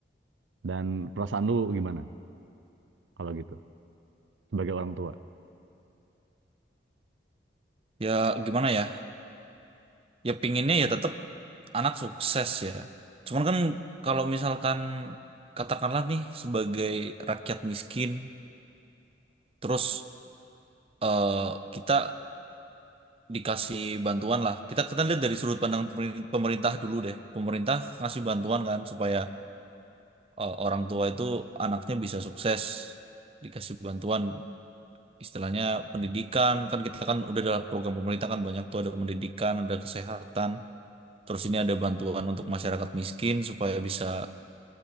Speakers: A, on the right; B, on the right.
A: dan perasaan lu gimana kalau gitu sebagai orang tua
B: Ya gimana ya? Ya pinginnya ya tetap anak sukses ya. Cuman kan kalau misalkan katakanlah nih sebagai rakyat miskin, terus eh, kita dikasih bantuan lah. Kita kita lihat dari sudut pandang pemer- pemerintah dulu deh. Pemerintah ngasih bantuan kan supaya eh, orang tua itu anaknya bisa sukses dikasih bantuan istilahnya pendidikan kan kita kan udah ada program pemerintah kan banyak tuh ada pendidikan ada kesehatan terus ini ada bantuan untuk masyarakat miskin supaya bisa